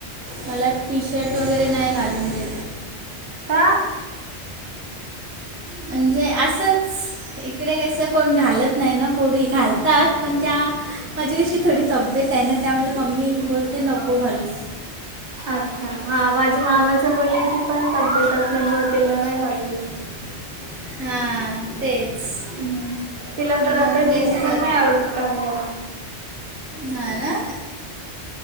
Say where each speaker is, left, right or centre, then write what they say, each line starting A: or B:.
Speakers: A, on the right; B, on the right.
A: मला टी शर्ट वगैरे नाही घालून देत.
B: का?
A: म्हणजे असंच इकडे कसं कोणी घालत नाही ना पोरी घालतात पण त्या माझी कशी थोडी तब्येतय ना त्यामुळे मम्मी बोलते नको घालूस.
B: अच्छा, हा माझ्या मामाच्या मुलीची पण तब्येत असल्यामुळ त्याला नाही घालू दिली.
A: हा, हा. तेच
B: हम्म तिला तर आता
A: मग तेच
B: जीन्स
A: तर.
B: पण नाही आवडत घालायला.
A: हा ना.